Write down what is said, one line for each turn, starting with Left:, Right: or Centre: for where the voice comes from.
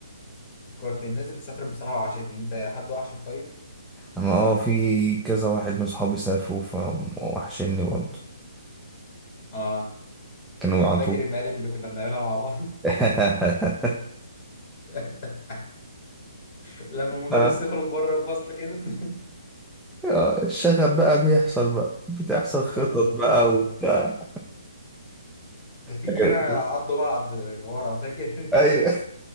Left: فكرتني الناس اللي سافرت بصراحه وحشتني انت حد وحشك طيب
Centre: انا اه في كذا واحد من صحابي سافروا فوحشني برضه
Left: اه
Centre: كانوا على
Left: فاكر
Centre: طول
Left: المقالب اللي كنا بنعملها مع بعض
Centre: <laughs>
Left: <laughs> لما المدرس
Centre: آه،
Left: يخرج بره الفصل كده <laughs>
Centre: آه، الشغف بقى بيحصل بقى بتحصل خطط
Left: يا نهار
Centre: بقى
Left: أبيض
Centre: وبتاع
Left: ده في اتنين
Centre: فاكر
Left: عضوا بعض ورا فاكر
Centre: ايوه